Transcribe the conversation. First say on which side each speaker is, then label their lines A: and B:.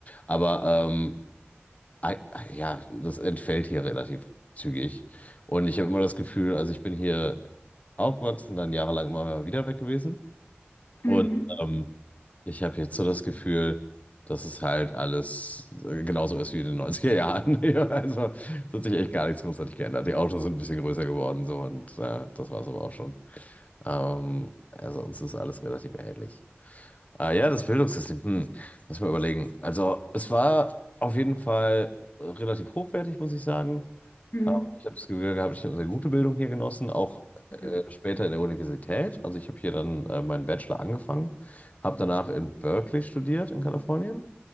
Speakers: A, on the left; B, on the left.
A: Aber ähm, ei- ja, das entfällt hier relativ zügig. Und ich habe immer das Gefühl, also ich bin hier aufgewachsen, dann jahrelang immer wieder weg gewesen. Und
B: Hm.
A: ähm, ich habe jetzt so das Gefühl, dass es halt alles äh, genauso ist wie in den neunziger Jahren. <laughs> Ja, also es hat sich echt gar nichts großartig geändert. Die Autos sind ein bisschen größer geworden so und äh, das war es aber auch schon. Ähm, also uns ist alles relativ ähnlich. Ah ja, das Bildungssystem. Hm, muss ich mal überlegen. Also, es war auf jeden Fall relativ hochwertig, muss ich sagen.
B: Hm.
A: Auch ich habe das Gefühl gehabt, ich habe eine gute Bildung hier genossen, auch äh,
B: Ja.
A: später in der Universität. Also ich habe hier dann äh, meinen Bachelor angefangen, habe danach in Berkeley studiert in Kalifornien.